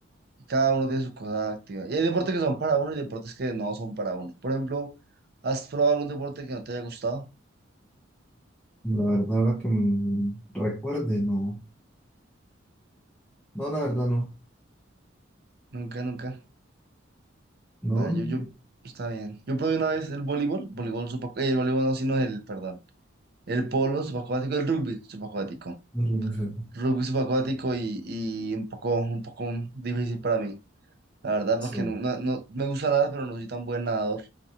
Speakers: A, on the right; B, in the centre.
A: y cada uno tiene su cosa activa. Y hay deportes que son para uno y deportes que no son para uno. Por ejemplo, ¿has probado algún deporte que no te haya gustado?
B: La verdad, ahora que me recuerde, no. No, la verdad, no.
A: Nunca, nunca.
B: No,
A: Vale,
B: no,
A: yo, yo, está bien. Yo probé una vez el voleibol, voleibol subac- eh, el voleibol no, sino el, perdón, el polo subacuático, el rugby subacuático.
B: no, no, no, no.
A: Rugby subacuático y, y un poco, un poco difícil para mí, la verdad,
B: Sí,
A: porque no, no, no- me gusta nada, pero no soy tan buen nadador.